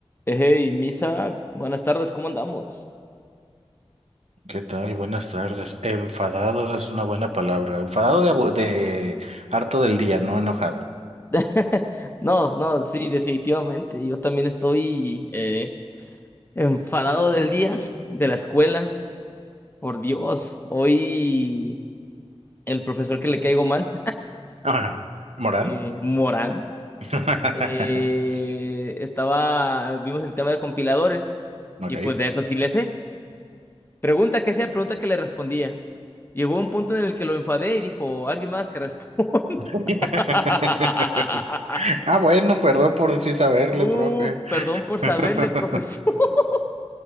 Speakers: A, on the left; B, on the right.
A: Hey, Misa, buenas tardes, ¿cómo andamos?
B: ¿Qué tal? Buenas tardes. Enfadado es una buena palabra. Enfadado de, abu- de harto del día, no enojado.
A: <laughs> No, no, sí, definitivamente. Yo también estoy eh, enfadado del día, de la escuela. Por Dios, hoy el profesor que le caigo mal,
B: Ajá.
A: <laughs>
B: ¿Moral?
A: eh, Morán,
B: <laughs>
A: eh, estaba, vimos el tema de compiladores
B: Ok.
A: y pues de eso sí le sé. Pregunta que hacía, pregunta que le respondía. Llegó un punto en el que lo enfadé y dijo, alguien más que responda.
B: <laughs>
A: <laughs>
B: Ah, bueno, perdón por sí saberle,
A: Uh,
B: profe.
A: perdón por saberle,
B: <laughs>
A: profesor. <laughs>